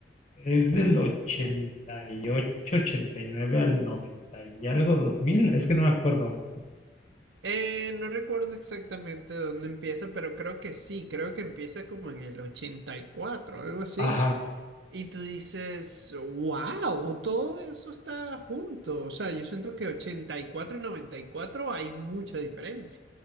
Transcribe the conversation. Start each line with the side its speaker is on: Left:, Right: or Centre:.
Left: es del ochenta ochenta y ocho ochenta y nueve al 90 y algo, 2000 es que no me acuerdo.
Right: Eh, no recuerdo exactamente dónde empieza, pero creo que sí, creo que empieza como en el 84, algo así.
Left: Ajá.
Right: Y tú dices, wow, todo eso está junto. O sea, yo siento que ochenta y cuatro y y noventa y cuatro hay mucha diferencia.